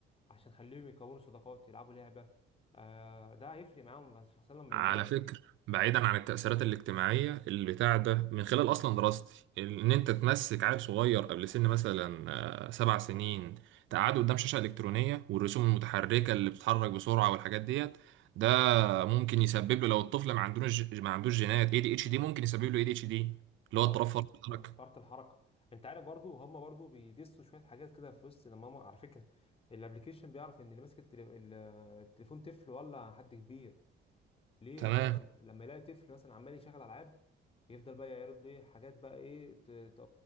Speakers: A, on the left; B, on the right.
A: عشان خليهم يكونوا صداقات يلعبوا لعبة آه ده هيفرق معاهم شخصيا لما
B: على
A: يكبروا
B: فكرة بعيدا عن التأثيرات الاجتماعية البتاع ده من خلال أصلا دراستي إن أنت تمسك عيل صغير قبل سن مثلا آه، سبع سنين تقعده قدام شاشة إلكترونية والرسوم المتحركة اللي بتتحرك بسرعة والحاجات ديت ده ممكن يسبب له لو الطفل ما عندوش ما عندوش جينات اي دي اتش دي ممكن يسبب له اي دي اتش دي اللي
A: اه
B: هو اضطراب فرط الحركة
A: فرط الحركه انت عارف برضو هم برضو بيدسوا شويه حاجات كده في وسط لما هم على فكره الابليكيشن بيعرف ان اللي ماسك التلي- ال- التليفون طفل ولا حد كبير ليه
B: تمام
A: ده هو لما لما يلاقي طفل مثلا عمال يشغل العاب يفضل بقى يعرض له إيه حاجات بقى ايه ت- ت-